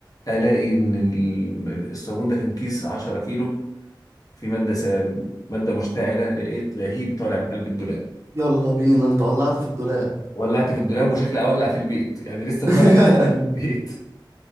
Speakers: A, on the left; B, on the right.
A: الاقي ان ال- الصابون ده كان كيس 10 كيلو في ماده سام ماده مشتعله لقيت لهيب طالع من قلب الدولاب
B: يلا بينا انت ولعت في الدولاب
A: ولعت في الدولاب وشكلي اولع في البيت يعني لسه النار
B: <laughs>
A: هتوصل للبيت